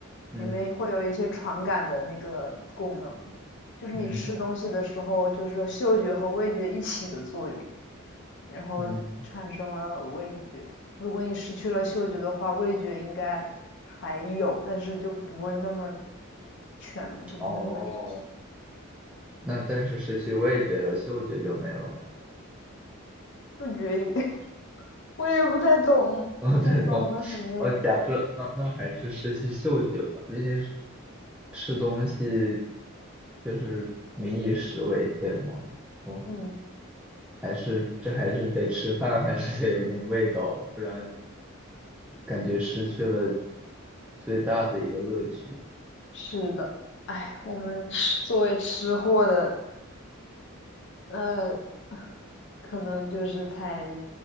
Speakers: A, in the centre; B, on the left (about 60°).
A: 嗯
B: 里面会有一些传感的那个功能，就是你吃东西的时候，
A: 嗯
B: 就是嗅觉和味觉一起的作用，然后产生了味觉。
A: 嗯，
B: 如果你失去了嗅觉的话，味觉应该还有，但是就不会那么全了，就不会那么立体。
A: 哦，那但是失去味觉了，嗅觉就没了吗。
B: 味觉应该 <laughs> 我也不太懂，
A: <laughs> 我才再动我假设那那还是失去嗅觉吧，
B: 不太懂的很那个。
A: 毕竟是吃东西就是民以食为天嘛。哦，
B: 嗯，
A: 还是这还是得吃饭，还是得有点味道，不然感觉失去了最大的一个乐趣。
B: 是的，哎，我们吃作为吃货的，那、可能就是太